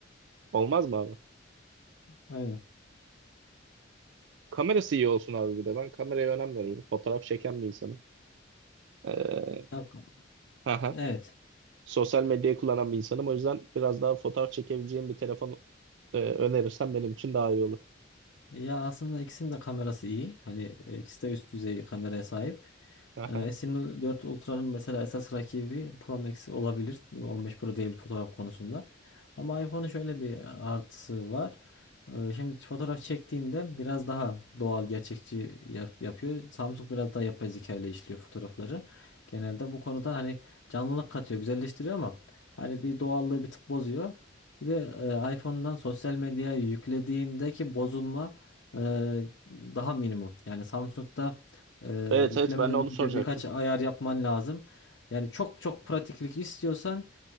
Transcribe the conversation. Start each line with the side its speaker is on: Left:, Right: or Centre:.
Right: Olmaz mı abi?
Left: Aynen.
Right: Kamerası iyi olsun abi bir de. Ben kameraya önem veriyorum. Fotoğraf çeken bir insanım. Ee,
Left: Ya,
Right: aha.
Left: Evet.
Right: Sosyal medyayı kullanan bir insanım. O yüzden biraz daha fotoğraf çekebileceğim bir telefon e, önerirsen benim için daha iyi olur.
Left: Ya aslında ikisinin de kamerası iyi. Hani e, ikisi de üst düzey kameraya sahip.
Right: Aha.
Left: Ee, S24 Ultra'nın mesela esas rakibi Pro Max olabilir. 15 Pro değil fotoğraf konusunda. Ama iPhone'un şöyle bir artısı var. Ee, Şimdi fotoğraf çektiğinde biraz daha doğal, gerçekçi yap- yapıyor. Samsung biraz daha yapay zeka ile işliyor fotoğrafları. Genelde bu konuda hani canlılık katıyor, güzelleştiriyor ama hani bir doğallığı bir tık bozuyor. Bir de e, iPhone'dan sosyal medyaya yüklediğindeki bozulma e, daha minimum. Yani Samsung'da e,
Right: Evet
Left: yüklemeden
Right: evet ben de onu
Left: önce
Right: soracaktım.
Left: birkaç ayar yapman lazım. Yani çok çok pratiklik istiyorsan